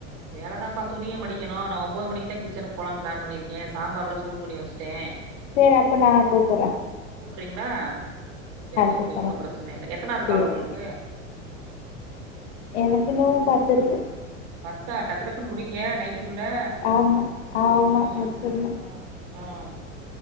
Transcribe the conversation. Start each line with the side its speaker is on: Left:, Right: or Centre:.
Right: வேலதாப்பா துணிய மடிக்கணு நா ஒம்பது மணிக்குதா கிச்சனுக்கு போலான் பிளான் பண்ணிருக்கே சாம்பார்லா சூடு பண்ணி வச்ட்ட
Left: செர் அப்பனா கூப்பற
Right: கூப்றீங்ளா செரி ஓகே
Left: கூப்புட்றே
Right: ஒன்னு பிரச்சன இல்ல எத்தனாது
Left: சேரி
Right: கால் உங்களுக்கு
Left: எனக்கின்னு பத்ருக்கு
Right: பத்தா டக்கு டக்குன்னு முடிங்க நைட்டுக்குள்ள
Left: ஆமா ஆமா
Right: ம்
Left: முடிச்சர்னு
Right: ம் ம்